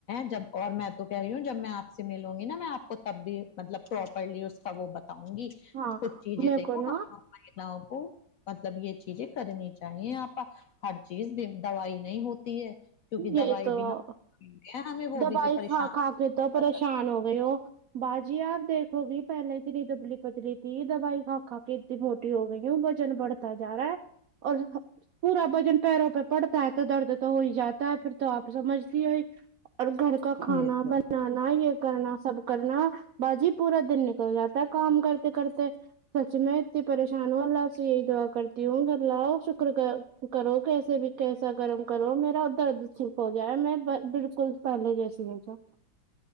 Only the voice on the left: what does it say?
جب اور میں تو کہہ رہی ہوں جب میں آپ سے ملوں گی نا میں آپ کو تب بھی مطلب پروپرلی اس تو وہ بتاؤں گی
کچھ چیزیں
دیکھو
ہم لگ کو مطلب یہ چیزیں کرنی چاہیے آپا ہر چیز دوائی نہیں ہوتی ہے کیونکہ
دوائی
بھی ہم ہمیں وہ
بھی تو پریشان
کر
سکتی
یہ تو